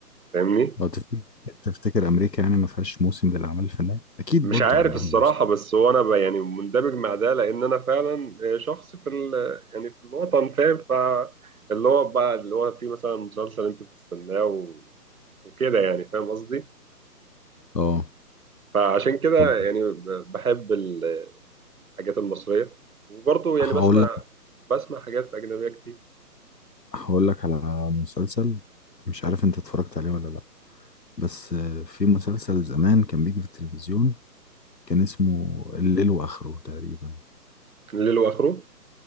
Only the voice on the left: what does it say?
لو تفتكر تفتكر امريكا يعني ما فيهاش موسم للاعمال الفنيه اكيد
برضو
عندهم
موسم
اه
طب
هقول
لك
هقول لك على مسلسل مش عارف انت اتفرجت عليه ولا لا بس آه، في مسلسل زمان كان بيجي في التلفزيون كان اسمه الليل واخره تقريبا